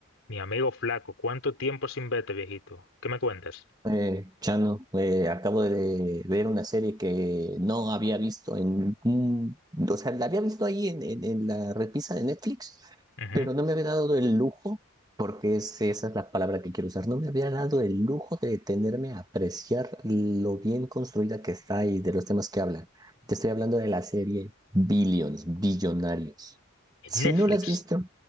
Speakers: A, on the left (about 70°); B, on the right (about 20°).
A: Mi amigo flaco, ¿cuánto tiempo sin verte, viejito? ¿Qué me cuentas?
B: Eh, Chano, eh, acabo de ver una serie que no había visto en... un- o sea, la había visto ahí en, en- en la repisa de Netflix,
A: Ujú.
B: pero no me había dado el lujo, porque es- esa es la palabra que quiero usar, no me había dado el lujo de detenerme a apreciar lo bien construida que está y de los temas que habla. Te estoy hablando de la serie Billions, Billonarios.
A: En
B: Si
A: Netflix.
B: no la has visto,